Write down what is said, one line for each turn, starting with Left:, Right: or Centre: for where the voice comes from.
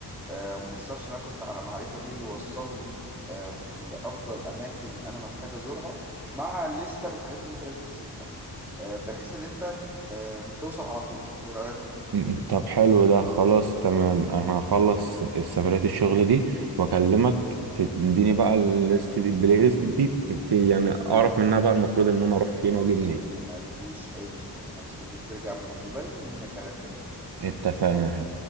Centre: آم، والشخص اللي انا كنت على معرفة بيه اللي وصلني آم، لافضل اماكن انا محتاج ازورها مع لستة بالحاجات اللي انت لازم تشوفها آه، بحيث ان انت آم، توصل على طول ايه رأيك؟
Right: م- طب حلو ده خلاص تمام انا هخلص السفرية الشغل دي واكلمك تديني بقى الليست دي البلاي ليست دي ت- ت- يعني اعرف منها بقى المفروض ان انا اروح فين
Centre: خلاص
Right: واجي منين
Centre: ما فيش اي مشكلة انا مستنيك ترجع من دبي ولينا كلام تاني مع بعض.
Right: اتفقنا